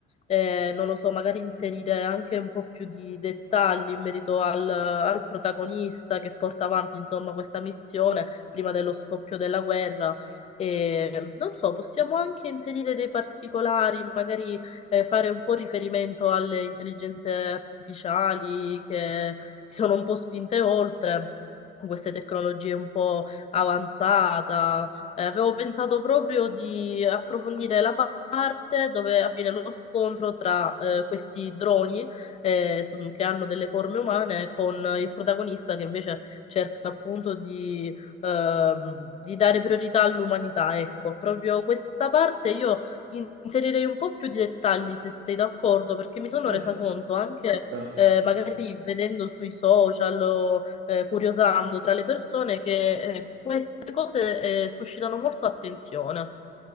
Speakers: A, on the left; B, on the right.
A: Eh, non lo so, magari inserire anche un po' più di dettagli in merito al, al protagonista che porta avanti insomma questa missione prima dello scoppio della guerra. E non so, possiamo anche inserire dei particolari, magari eh, fare un po' riferimento alle intelligenze artificiali che si sono un po' spinte oltre. con Queste tecnologie un po' avanzata. Eh, avevo pensato proprio di approfondire la pa- parte dove avviene lo scontro tra eh, questi droni eh, su- che hanno delle forme umane con il protagonista che invece cerca appunto di ehm, di dare priorità all'umanità, ecco, proprio questa parte io in- inserirei un po' più di dettagli se sei d'accordo, perché mi sono
B: Eh,
A: resa conto anche
B: ci sta.
A: eh, magari vedendo sui social o eh, curiosando tra le persone che eh, queste cose eh, suscitano molto attenzione.